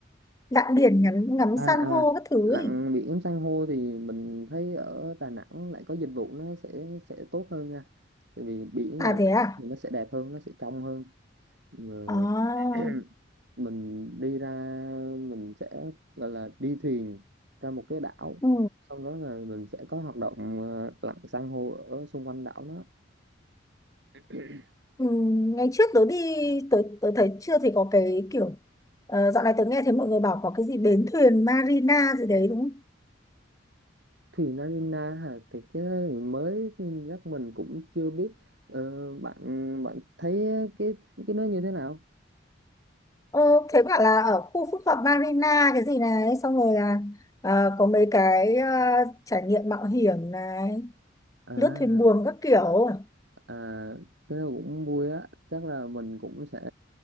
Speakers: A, on the left; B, on the right.
A: Lặn biển ngắm ngắm
B: À,
A: san
B: à
A: hô các thứ
B: lặn
A: ấy.
B: biển san hô thì mình thấy ở Đà Nẵng lại có dịch vụ nó sẽ sẽ tốt hơn nha tại vì biển
A: À
B: Đà
A: thế
B: Nẵng
A: à?
B: thì nó sẽ đẹp hơn nó sẽ trong hơn Mà
A: À,
B: <clears throat> mình đi ra mình sẽ gọi là đi thuyền ra một cái đảo
A: ừ.
B: xong đó là mình sẽ có hoạt động ờ, lặn san hô ở xung quanh đảo đó <clears throat>
A: Ừ. Ngày trước tớ đi, tớ, tớ thấy chưa thì có cái kiểu, ờ, dạo này tớ nghe thấy mọi người bảo có cái gì bến thuyền Marina gì đấy đúng không?
B: thuyền Narina hả thì cái đó thì mới nên chắc mình cũng chưa biết Ờ, bạn bạn thấy cái cái nó như thế nào
A: Ờ, thế bảo là ở khu phức hợp Marina cái gì này, xong rồi là ờ, có mấy cái ờ, trải nghiệm mạo hiểm này,
B: à
A: lướt thuyền
B: à.
A: buồm các kiểu
B: À, cái đó cũng vui á, chắc là mình cũng sẽ